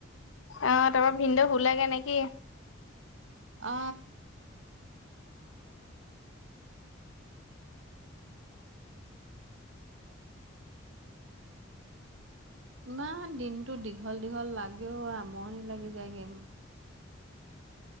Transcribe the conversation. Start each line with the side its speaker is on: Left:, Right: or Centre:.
Left: অ তাপা ভিনদৌ শুলেগৈ নেকি?
Right: অ। ইমান দিনতো দীঘল দীঘল লাগেও আমনি লাগি যায়গে।